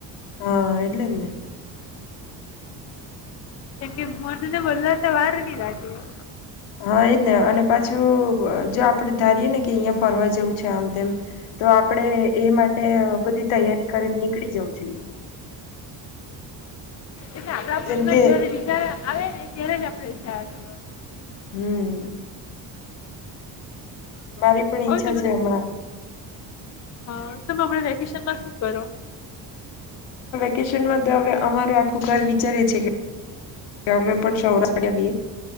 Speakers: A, on the left; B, on the left.
A: હા એટલે જ ને.
B: કેમ કે મનને બદલાવતા વાર નહી લાગે એ.
A: હા એજ ને અને પાછું જો આપડે ધારીએે ને કે અહિયાં ફરવા જવું છે આમ તેમ તો આપણે એ માટે બધી તૈયારી કરીને નીકળી જવું જોઈએ.
B: એટલે આપડા મનમાં
A: જેમ કે
B: જયારે વીચાર આવે ને ત્યારે જ આપડે <unintelligible> કરવાનો
A: હમમ મારી પણ ઈચ્છા
B: હવે તમે
A: છે હમણાં
B: હા તમે અમને વેકેશનમાં શું કરો?
A: ટ્યુશન માં તો હવે અમારું આખું ઘર વિચારે છે કે અમે પણ સૌરાષ્ટ્ર આવીએ